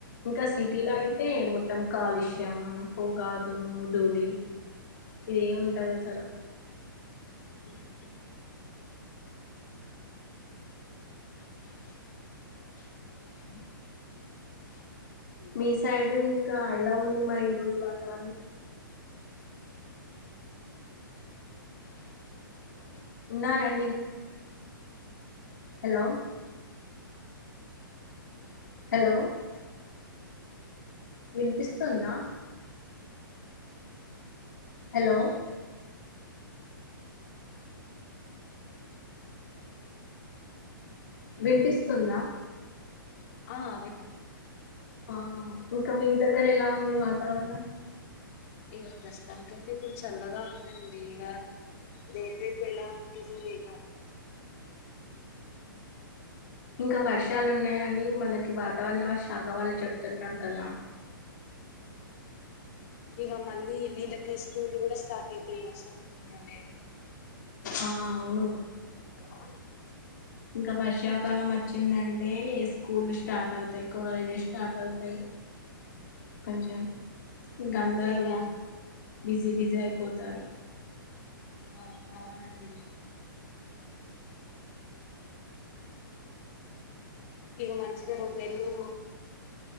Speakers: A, on the left; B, on the left.
A: ఇంకా
B: హలో
A: సిటీలో అయితే మొత్తం కాలుష్యం పొగా దుమ్ము ధూళ ఇది ఏమింటది అసలా
B: ఓ
A: మీ సైడ్ ఇంకా ఎలా ఉంది మరి ఈ రోజు వాతావరణం ఉన్నారండి హలో హలో వినిపిస్తోందా హలో వినిపిస్తుందా
B: ఆ వినబ
A: ఆ ఇంకా మీ దగ్గర ఎలా ఉంది వాతావరణం
B: ఇక ప్రస్తుతానికైతే ఇప్పుడు చల్లగా ఉందండి ఇక రేపు రేపు ఎలా ఉంటుందో ఇక
A: ఇంకా వర్షాలు ఉన్నాయని మనకి వాతావరణ శాఖ వాళ్ళు చెప్తున్నారు కదా
B: ఇక మళ్ళీ వీళ్ళకి స్కూల్ కూడా స్టార్ట్ అయితాయి వర్షాకాలంలోనే
A: ఆ అవును
B: అ
A: ఇంకా వర్షాకాలం వచ్చిందంటే స్కూల్ స్టార్ట్ అవుతాయి కాలేజస్ స్టార్ట్ అవుతాయి కొంచెం ఇంకా అందరూ
B: ఇక
A: బిజీ బిజీ బిజీ అయిపోతారు
B: ఆ అవునండి ఇగ మంచిగా రెండు నెల్లు